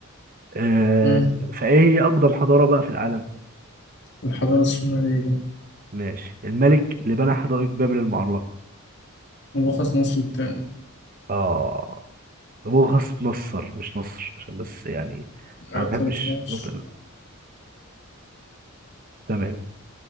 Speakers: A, on the right; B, on the left.
A: آه،
B: امم
A: فايه هي اقدم حضارة بقى في العالم
B: الحضارة السومرية
A: ماشي الملك اللي بنى حدائق بابل المعلقة
B: ملخص مصر التاني
A: اه نبوخذ نصر مش نصر عشان بس يعني
B: ما
A: انا
B: اعترفناش
A: ما بحبش نطق- تمام